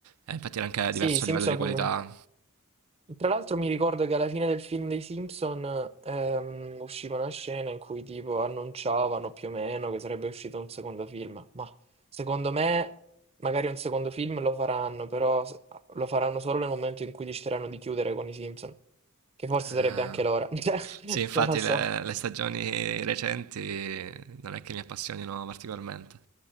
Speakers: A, on the right; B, on the right.
A: Eh, infatti era anche
B: Sì,
A: diverso
B: i Simpson
A: a livello di qualità
B: proprio. Tra l'altro mi ricordo che alla fine del film dei Simpson ehm, usciva una scena in cui tipo annunciavano più o meno che sarebbe uscito un secondo film, ma secondo me magari un secondo film lo faranno, però s- lo faranno solo nel momento in cui decideranno di chiudere con i Simpson, che forse
A: Ah.
B: sarebbe anche l'ora, <laughs> Cioè,
A: Sì, infatti
B: non lo so.
A: le, le stagioni recenti non è che mi appassionino particolarmente.